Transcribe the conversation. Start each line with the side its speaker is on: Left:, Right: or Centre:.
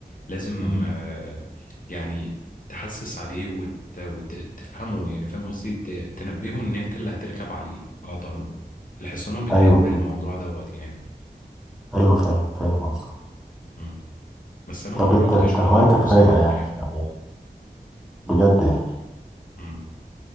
Left: لازم
Centre: مم.
Left: آه، يعني تحسس عليه وتفهمه يعني فاهم قصدي ت- تنبهه ان انت اللي هتركب عليه على ظهره الحصانة بتحب
Centre: ايوه فاهم.
Left: الموضوع دوت يعني
Centre: ايوه فاهم فاهم قصدك
Left: مم. بس انا ما
Centre: طب
Left: جربتش
Centre: انت انت
Left: ولا
Centre: هوايتك
Left: مرة بصراحة
Centre: رايقه يعني
Left: يعني
Centre: في العموم بجد يعني
Left: مم.